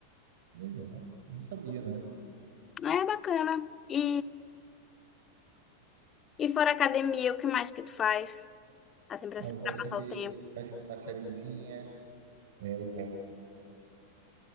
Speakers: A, on the right; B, on the left.
A: legal. Não sabia, não.
B: É bacana. E, e fora academia, o que mais que tu faz? Assim, pra,
A: Ah, eu gosto
B: pra passar
A: de ver,
B: o tempo?
A: gosto de ver uma sériezinha. É,